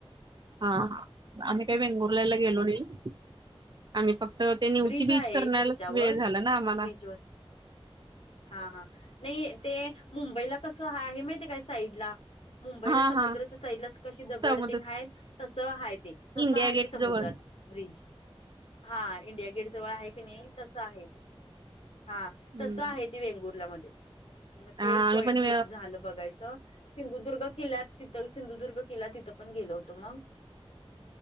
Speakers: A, on the right; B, on the left.
A: हा आम्ही काय वेंगुरलेला गेलो नाही आम्ही फ तर ते निवती
B: ब्रिज
A: बीच
B: आहे
A: करण्याला
B: एक ह्याच्यावर
A: वेळ झाला ना आम्हाला.
B: बीचवर हा हा नाही ते मुंबईला कसं आहे माहितीय काय साईडला? मुंबईला
A: हा
B: समुद्राच्या
A: हा
B: साईडला कशी दगड
A: समुद्र
B: तेन हाय ते तसं
A: इंडिया
B: हाय
A: गेट
B: ते समुद्रात.
A: जवळ
B: ब्रिज हा. इंडिया गेट जवळ आहे की नाही तसं आहे इथे. हा
A: हम्म
B: तसं आहे. ते वेंगुर्लामध्ये म ते
A: आम्ही
B: एक पॉईंट
A: पण
B: होतं झालं बघायचं. सिंधुदुर्ग किल्ला तिथं सिंधुदुर्ग किल्ला तिथं पण गेल होतो मग.